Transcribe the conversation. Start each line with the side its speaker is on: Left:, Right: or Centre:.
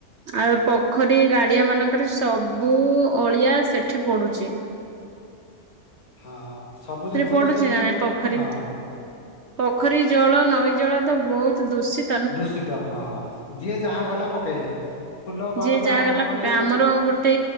Right: ଆଉ ପୋଖରୀ ଗାଡିଆ ମାନଙ୍କରେ ସବୁ ଅଳିଆ ସେଠି ପଡୁଛି।
Left: ହଁ ସବୁ ଜିନିଷ
Right: ପଡୁଛି
Left: ତ ସେଠି
Right: ନା
Left: ସବୁ
Right: ନାଇଁ ପୋଖରୀ
Left: ଖୋଲଦଉ ହଁ।
Right: ପୋଖରୀ ଜଳ ନଈ ଜଳ ତ ବହୁତ ଦୂଷି
Left: ଦୂଷିତ ହଁ ଯିଏ ଯାହା ଗଲା ପକେଇଲେ। ଫୁଲ ମାଳଠୁ
Right: ଯିଏ ଯାହା
Left: ଆରମ୍ଭ
Right: ଗଲା
Left: କରି
Right: ପକା ଆମର ଗୋଟେ